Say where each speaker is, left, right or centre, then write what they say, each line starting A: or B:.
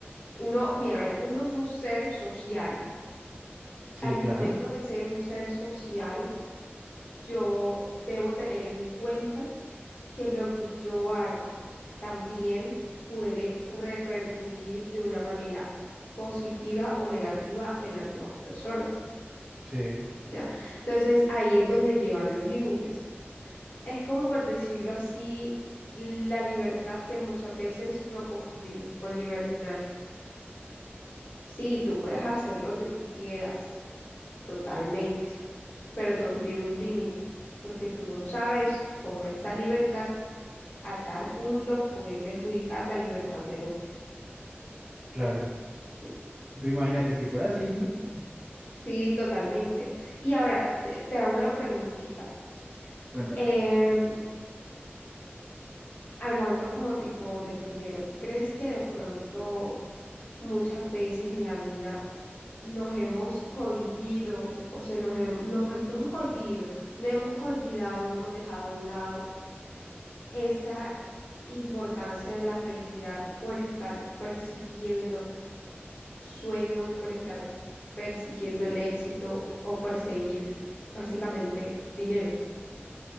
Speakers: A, on the left (about 45°); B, on the right (about 15°).
A: uno, mira, a ver, uno es un ser social.
B: Sí,
A: al
B: claro,
A: momento de ser un ser social, yo debo tener en cuenta que lo que yo haga también puede repercutir de una manera positiva o negativa en las demás personas,
B: sí,
A: ¿ya? Entonces ahí es donde llegan los límites. Es como por decirlo así, la libertad que muchas veces lo confundimos con libertinaje. Sí, tú puedes hacer lo que tú quieras totalmente, pero todo tiene un límite, porque tú no sabes cómo esa libertad a tal punto puede perjudicar la libertad del otro.
B: claro.
A: Sí,
B: Lo Imagínate si fuera así, ujú,
A: sí, totalmente. Y ahora, te, te hago una preguntita.
B: Cuéntame.
A: Em, hablando como tipo del dinero, ¿tú crees que de pronto muchas veces en la vida nos hemos cohibido, o sea, nos hemos, nos hemos cohibido, nos hemos olvidado, hemos dejado a un lado esa importancia de la felicidad por estar persiguiendo sueños, por estar persiguiendo el éxito o perseguir básicamente dinero.